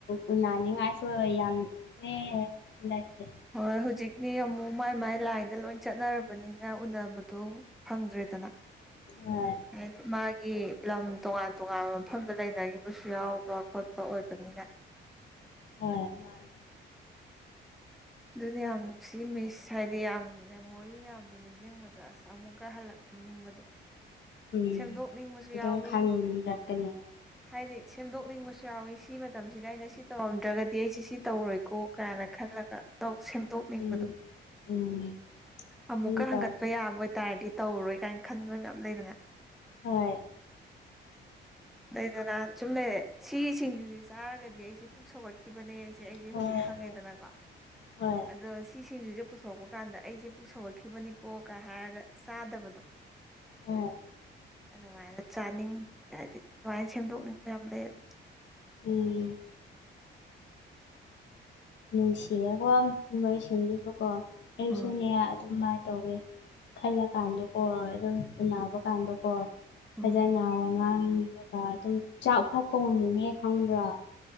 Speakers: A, on the left; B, in the centre.
A: ꯎꯟꯅꯅꯤ ꯍꯥꯏꯁꯨ ꯌꯥꯝ <unintelligible>
B: ꯍꯣꯏ ꯍꯧꯖꯤꯛꯇꯤ ꯑꯃꯨꯛ ꯃꯥꯏ ꯃꯥꯏ ꯂꯥꯏꯟꯗ ꯂꯣꯏ ꯆꯠꯅꯔꯕꯅꯤꯅ ꯎꯅꯕꯗꯣ ꯐꯪꯗ꯭ꯔꯦꯗꯅ
A: ꯍꯣꯏ
B: ꯍꯥꯏꯗꯤ ꯃꯥꯒꯤ ꯂꯝ ꯇꯣꯉꯥꯟ ꯇꯣꯉꯥꯟꯕ ꯃꯐꯝꯗ ꯂꯩꯅꯈꯤꯕꯁꯨ ꯌꯥꯎꯕ ꯈꯣꯠꯄ ꯑꯣꯏꯕꯅꯤꯅ
A: ꯍꫭꯏ ꯃꯥꯅꯤ
B: ꯑꯗꯨꯅꯦ ꯌꯥꯝ ꯅꯨꯡꯁꯤ ꯃꯤꯁ ꯍꯥꯏꯗꯤ ꯌꯥꯝ ꯃꯦꯃꯣꯔꯤ ꯃꯌꯥꯝꯗꯣ ꯅꯤꯡꯁꯤꯡꯕ ꯑꯁ ꯑꯃꯨꯛꯀ ꯍꯜꯂꯛꯍꯟꯅꯤꯡꯕꯗꯣ
A: ꯎꯝ
B: ꯁꯦꯝꯗꯣꯛꯅꯤꯡꯕꯁꯨ
A: ꯑꯗꯨꯝ
B: ꯌꯥꯎꯋꯤ
A: ꯈꯟꯔꯛꯀꯅꯤ
B: ꯍꯥꯏꯗꯤ ꯁꯦꯝꯗꯣꯛꯅꯤꯡꯕꯁꯨ ꯌꯥꯎꯏꯤ ꯁꯤ ꯃꯇꯝꯁꯤꯗ ꯑꯩꯅ ꯁꯤ ꯇꯧꯔꯝꯗ꯭ꯔꯒꯗꯤ ꯑꯩꯁꯦ ꯁꯤ ꯇꯧꯔꯣꯏ ꯀꯣ ꯀꯥꯏꯅ ꯈꯜꯂꯒ ꯇꯣꯛ ꯁꯦꯝꯗꯣꯛ ꯅꯤꯡꯕꯗꯣ
A: ꯍꯣꯏ ꯎꯝ ꯎꯝ
B: ꯑꯃꯨꯛꯀ
A: ꯑꯗꯨꯝ ꯇꯧ
B: ꯍꯪꯒꯠꯄ ꯌꯥꯕ ꯇꯥꯏꯗꯤ ꯇꯧꯔꯔꯣꯏ ꯀꯥꯏꯅ ꯈꯟꯕ ꯃꯌꯥꯝ ꯂꯩꯗꯅ
A: ꯍꯣꯏ
B: ꯂꯩꯗꯅ ꯁꯨꯝ ꯂꯩꯔꯦ ꯁꯤꯒꯤ ꯁꯤꯡꯖꯨꯁꯦ ꯆꯥꯔꯒꯗꯤ ꯑꯩꯁꯦ ꯄꯨꯛ ꯁꯧꯒꯠꯀ ꯈꯤꯕꯅꯦꯁꯦ ꯑꯩꯁꯦ
A: ꯍꯣꯏ
B: ꯍꯧꯖꯤꯛ ꯈꯪꯉꯦꯗꯅꯀꯣ
A: ꯍꯣꯏ ꯍꯣꯏ
B: ꯑꯗꯣ ꯁꯤꯁꯤꯡꯖꯨꯁꯤꯁꯦ ꯄꯨꯊꯣꯔꯛꯄ ꯀꯥꯟꯗ ꯑꯩꯁꯦ ꯄꯨꯛ ꯁꯧꯒꯠꯈꯤꯕꯅꯤꯀꯣꯒ ꯍꯥꯏꯔꯒ ꯆꯥꯗꯕꯗꯣ
A: ꯍꫭꯏ
B: ꯑꯗꯨꯃꯥꯏꯅ ꯆꯥꯅꯤꯡ ꯍꯥꯏꯗꯤ ꯑꯗꯨꯃꯥꯏꯅ ꯁꯦꯝꯗꯣꯛꯅꯤꯡꯕ ꯌꯥꯝ ꯂꯩꯌꯦꯕꯥ
A: ꯎꯝ ꯅꯨꯡꯁꯤꯌꯦꯀꯣ ꯃꯣꯏꯁꯤꯡꯗꯨꯁꯨ ꯀꯣ ꯑꯩ
B: ꯍꯣꯏ
A: ꯁꯨꯅꯦ ꯑꯗꯨꯃꯥꯏꯅ ꯇꯧꯋꯤ ꯈꯜꯂꯀꯥꯟꯗꯀꯣ ꯑꯗꯨꯝ ꯎꯅꯕ ꯀꯥꯟꯗꯀꯣ
B: ꯍꯣꯏ
A: ꯐꯖꯅ ꯋꯥꯉꯥꯡꯂꯒ ꯑꯗꯨꯝ ꯆꯥꯛ ꯐꯥꯎ ꯀꯧꯍꯟꯅꯤꯡꯉꯦ ꯈꯪꯕ꯭ꯔꯥ?